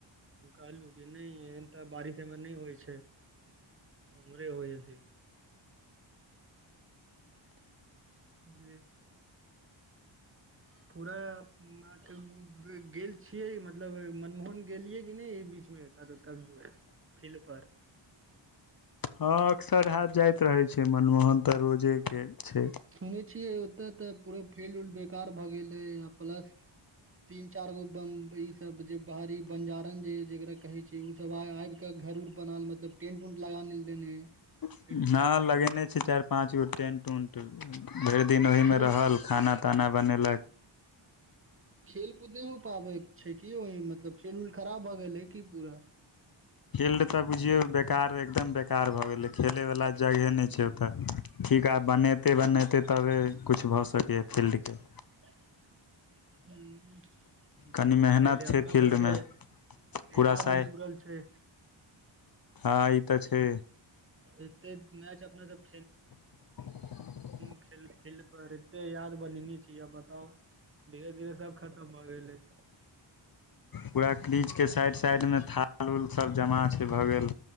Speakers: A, on the right; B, on the left.
A: हम कहलु कि नै एन तऽ बारिशमे नै होइ छै <inaudible> ओमहरे होइ है फिर <unintelligible> <unintelligible> <unintelligible> गेल छियै मतलब मनमोहन गेलियै कि नै एहि बीच मे कभियो फिलपर <inaudible>
B: हऽ अक्सर हाँ जाइत रहे छै मनमोहन तऽ रोजे केँ छै
A: सुन छियै ओतय तऽ पूरा फील्ड उल्ड बेकार भए गेलै आ प्लस तीन चार गो बम्ब ई सब जे बाहरी बंजारण जे जेकरा कहे छै कि ओ सब आय आब कऽ घर उर बनान मतलब टेंट ऊंट लगान लेल है
B: हँ
A: फील्ड पर
B: लगेने छैय चाइर पाँच गो टेन्ट उन्ट भैर दिन ओहि
A: खे
B: में रहल खाना -ताना बनेलक
A: खेल कूद नै हो पाबै छैय कि यो मतलब खेल उल खराब भऽ गेलै कि पूरा
B: फील्ड तऽ बुझियो बेकार रहै एकदम बेकार भऽ गेले खेले वला जगहे नै छैय ओ तऽ ठीका बनेतै बनेतै तबे किछ भऽ सकैय फील्ड केँ
A: <unintelligible> बताउ
B: कनि मेहनत
A: पहिले
B: छै
A: अपन
B: फील्डमे
A: सबके
B: पूरा
A: याद
B: साइ
A: जुड़ल छै
B: हँ ई तऽ छै
A: एतेक मैच अपना सब खेल
B: <unintelligible>
A: खेल-खेल-खेल पर एते याद बनेने छी किया बताउ धीरे - धीरे सब खतम भऽ गेलै
B: पूरा क्रिचके साइड - साइड मे थाल उल सभ जमा छैय भऽ गेल